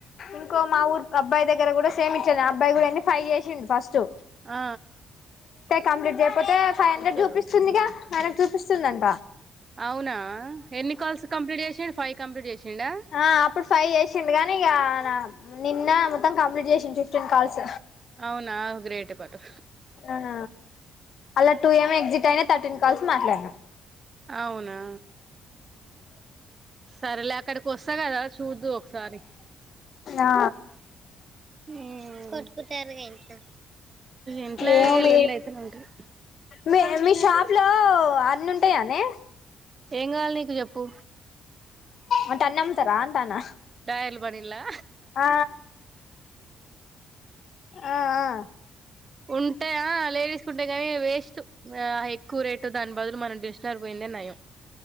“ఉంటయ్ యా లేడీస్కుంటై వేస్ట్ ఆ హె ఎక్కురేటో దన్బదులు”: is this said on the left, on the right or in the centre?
Right